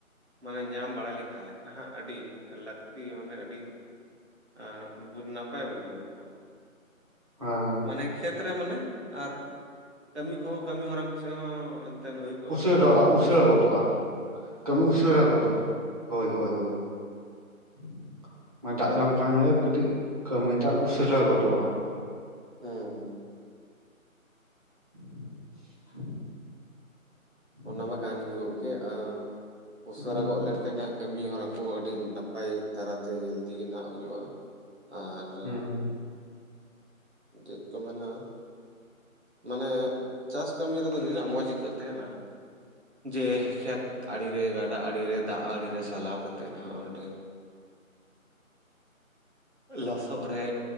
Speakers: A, on the right; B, on the right.
A: ᱢᱟᱱᱮ ᱧᱟᱢ ᱵᱟᱲᱟ ᱞᱮᱠᱷᱟᱡ ᱱᱷᱟᱜ ᱟᱹᱰᱤ ᱞᱟᱹᱠᱛᱤ ᱢᱟᱱᱮ ᱟᱹᱰᱤ ᱟᱸ ᱼᱼ <unintelligible> ᱱᱟᱯᱟᱭ ᱵᱩᱡᱷᱟᱹᱣ ᱠᱚᱜ-ᱟ ᱾
B: ᱟᱸ ᱾
A: ᱢᱟᱱᱮ ᱠᱷᱮᱛ ᱨᱮ ᱢᱟᱱᱮ ᱟᱨ ᱠᱟᱹᱢᱤ ᱠᱚᱦᱚᱸ ᱠᱟᱹᱢᱤ ᱦᱚᱨᱟ ᱠᱚ ᱥᱮᱜ ᱦᱚᱸ ᱮᱱᱛᱮᱫ ᱦᱩᱭ ᱠᱚᱜᱼᱟ
B: ᱩᱥᱟᱹᱨᱚᱜᱼᱟ ᱩᱥᱟᱹᱨᱟ
A: ᱦᱳᱭ ᱥᱮ
B: ᱜᱚᱫᱚᱜ-ᱟ ᱠᱟᱹᱢᱤ ᱩᱥᱟᱹᱨᱟ ᱜᱚᱫᱚᱜ ᱦᱚᱭ
A: ᱦᱩᱸ
B: ᱦᱚᱭ ᱦᱚᱭ ᱾ <unintelligible> ᱫᱟᱜᱽ ᱧᱟᱢ ᱞᱮᱠᱷᱟᱱ ᱜᱮ ᱠᱟᱹᱴᱤᱡ ᱠᱟᱹᱢᱤᱴᱟᱜ ᱩᱥᱟᱹᱨᱟ ᱜᱚᱫᱚᱜ-ᱟ ᱾
A: ᱦᱩᱸ ᱾
B: <inaudible>
A: ᱚᱱᱟ ᱢᱟ ᱠᱟᱱ ᱜᱮ ᱜᱚᱝᱠᱮ ᱟᱸ ᱩᱥᱟᱹᱨᱟ
B: ᱦᱩᱸ
A: ᱜᱚᱜ ᱞᱮᱱᱠᱷᱟᱡ ᱱᱷᱟᱜ ᱼᱼ ᱠᱟᱹᱢᱤ ᱦᱚᱨᱟ ᱠᱚ ᱟᱹᱰᱤ ᱱᱟᱯᱟᱭ ᱫᱷᱟᱨᱟᱛᱮ <unintelligible> ᱜᱮ ᱱᱟᱦᱟᱜ ᱦᱩᱭᱩᱜ-ᱟ ᱟᱨ
B: ᱦᱩᱸ
A: ᱼᱼ ᱡᱮᱜ ᱪᱚ ᱢᱮᱱᱟ ᱼᱼ ᱢᱟᱱᱮ ᱪᱟᱥ ᱠᱟᱹᱢᱤ ᱨᱮᱫᱚ ᱱᱤᱱᱟᱹᱜ ᱢᱚᱡᱽ ᱟᱹᱭᱠᱟᱹᱜ ᱛᱟᱦᱮᱸᱱᱟ ᱾ ᱡᱮ ᱠᱷᱮᱛ ᱟᱲᱮᱨᱮ ᱜᱟᱰᱟ ᱟᱲᱮᱨᱮ ᱫᱟᱜᱽ ᱟᱲᱮᱨᱮ ᱥᱟᱞᱟᱣ ᱠᱟᱛᱮᱜ ᱱᱷᱟᱜ ᱚᱸᱰᱮ ᱼᱼ ᱞᱚᱥᱚᱜ ᱨᱮ